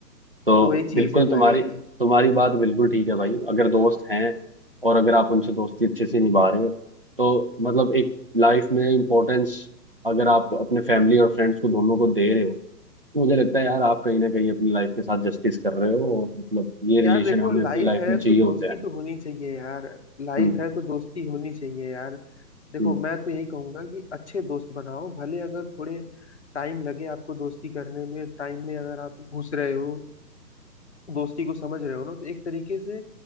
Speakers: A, on the right (about 35°); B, on the left (about 40°).
A: तो
B: तो वही चीज
A: बिल्कुल
B: है
A: तुम्हारी
B: भाई
A: तुम्हारी बात बिल्कुल ठीक है भाई अगर दोस्त हैं और अगर आप उनसे दोस्ती अच्छे से निभा रहे हो तो मतलब एक लाइफ में इम्पोर्टेंस अगर आप अपने फैमिली और फ्रेंड्स को दोनों को दे रहे हो तो मुझे लगता है यार आप कहीं ना कहीं अपनी लाइफ के साथ जस्टिस कर रहे हो और मतलब ये
B: यार
A: रिलेशन
B: देखो
A: हमें
B: लाइफ
A: अपनी लाइफ
B: है
A: में चाहिए
B: तो दोस्ती
A: होते हैं
B: तो होनी चाहिए यार लाइफ
A: हम्म
B: है तो दोस्ती होनी चाहिए यार देखो
A: हम्म
B: मैं तो यही कहूंगा कि अच्छे दोस्त बनाओ भले अगर थोड़े टाइम लगे आपको दोस्ती करने में टाइम में अगर आप घुस रहे हो दोस्ती को समझ रहे हो ना तो एक तरीके से